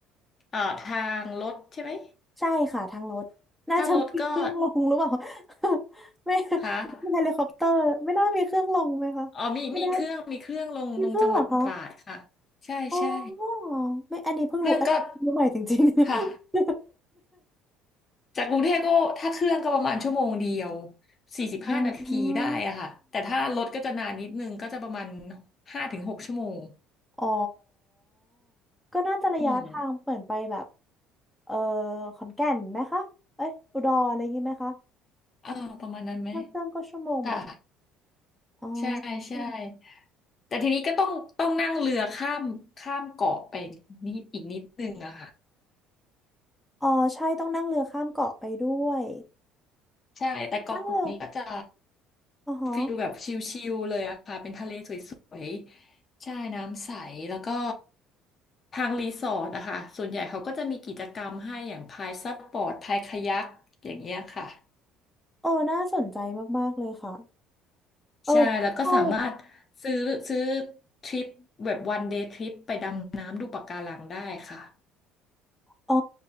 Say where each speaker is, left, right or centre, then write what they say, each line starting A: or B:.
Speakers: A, on the left; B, in the centre.
A: เอ่อทางรถใช่ไหม
B: ใช่ค่ะทางรถน่าจะมีเครื่องลงหรือเปล่า
A: ถ้ารถก็
B: <laughs> ไม่
A: ค่ะ
B: ไม่เฮลิคอปเตอร์ไม่น่ามีเครื่องลงไหมคะไม่น่า
A: อ๋อมีมีเครื่องมีเครื่องลงลงจังหวัดตราดค่ะ
B: มีเครื่องเหรอคะ
A: ใช่ใช่
B: อ๋อไม่อันนี้เพิ่งรู้อันนี้รู้ใหม่จริงๆ
A: เครื่องก็ค่ะจากกรุงเทพก็ถ้าเครื่องก็ประมาณชั่วโมงเดียว
B: <laughs>
A: สี่สิบห้านาทีได้อะค่ะแต่ถ้ารถก็จะนานนิดนึงก็จะประมาณ
B: อ๋อ
A: ห้าถึงหกชั่วโมง
B: อ๋อ ก็น่าจะระยะทางเปลี่ยนไปแบบ
A: อืม
B: เออขอนแก่นไหมคะ เอ้ยอุดรอะไรอย่างงี้ไหมคะ
A: อ่าประมาณนั้นไหม
B: นั่งเครื่องก็ชั่วโมงเหมือนกัน
A: ค่ะ
B: อ๋อ
A: ใช่ใช่
B: อ
A: แต่ทีนี้ก็ต้องต้องนั่งเรือข้ามข้ามเกาะไปนิดอีกนิดนึงอะค่ะ
B: ๋อใช่ต้องนั่งเรือข้ามเกาะไปด้วย
A: ใช่แต่เกาะกูดนี่ก็จะ
B: นั่งเรือ อ๋อฮะ
A: ฟิลแบบชิลๆเลยอะค่ะเป็นทะเลสวยๆใช่น้ำใสแล้วก็ทางรีสอร์ทอะค่ะส่วนใหญ่เขาก็จะมีกิจกรรมให้อย่างพายซับปอร์ตพายคายักอย่างเงี้ยค่ะ
B: เออ น่าสนใจมากๆเลยค่ะ เออ
A: ใช่แล้วก็สามารถซื้อซื้อ
B: ใช่
A: ทริปแบบวันเดย์ทริปไปดำน้ำดูปะการังได้ค่ะ
B: อ๋อ